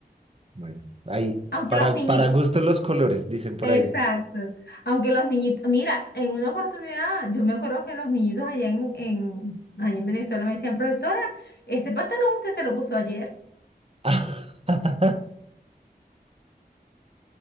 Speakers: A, on the right; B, on the left.
A: bueno, ahí,
B: Aunque
A: para,
B: los niñitos
A: para gusto los colores, dicen por
B: Exacto.
A: ahí.
B: Aunque los niñitos, mira, en una oportunidad, yo me acuerdo que los niñitos allá en, en- allá en Venezuela me decían, profesora, ese pantalón usted se lo puso ayer.
A: <laughs>